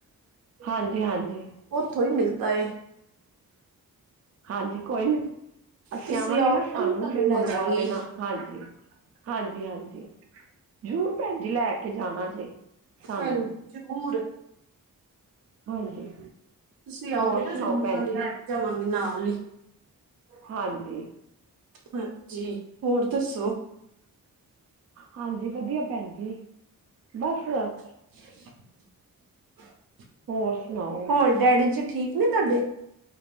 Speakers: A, on the right; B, on the right.
A: ਹਾਂਜੀ ਹਾਂਜੀ
B: ਉੱਥੋਂ ਹੀ ਮਿਲਦਾ ਏ।
A: ਹਾਂਜੀ ਕੋਈ ਨੀ, ਅਸੀਂ
B: ਤੁਸੀਂ
A: ਆਵਾਂਗੇ
B: ਆਓਗੇ
A: ਨਾ ਸਾਨੂੰ
B: ਮੈਂ ਤੁਹਾਨੂੰ
A: ਫਿਰ
B: ਲੈ
A: ਮੰਗਵਾ
B: ਜਾਵਾਂਗੀ
A: ਦੇਣਾ, ਹਾਂਜੀ। ਹਾਂਜੀ, ਹਾਂਜੀ ਜ਼ਰੂਰ ਭੈਣ ਜੀ ਲੈ ਕੇ ਜਾਣਾ ਜੇ ਸਾਨੂੰ।
B: ਹਾਂਜੀ ਜ਼ਰੂਰ।
A: ਹਾਂਜੀ।
B: ਤੁਸੀਂ ਆਓਗੇ
A: ਹੋਰ
B: ਨਾ,
A: ਸੁਣਾਓ
B: ਫਿਰ ਮੈਂ
A: ਭੈਣ
B: ਤੁਹਾਨੂੰ
A: ਜੀ
B: ਲੈ ਕੇ ਜਾਵਾਂਗੀ ਨਾਲ ਈ।
A: ਹਾਂਜੀ।
B: ਹਾਂਜੀ, ਹੋਰ ਦੱਸੋ।
A: ਹਾਂਜੀ ਵਧੀਆ ਭੈਣ ਜੀ, ਬਸ-
B: <inaudible>
A: ਹੋਰ ਸੁਣਾਓ।
B: ਹੋਰ ਡੈਡੀ ਜੀ ਠੀਕ ਨੇ ਤੁਹਾਡੇ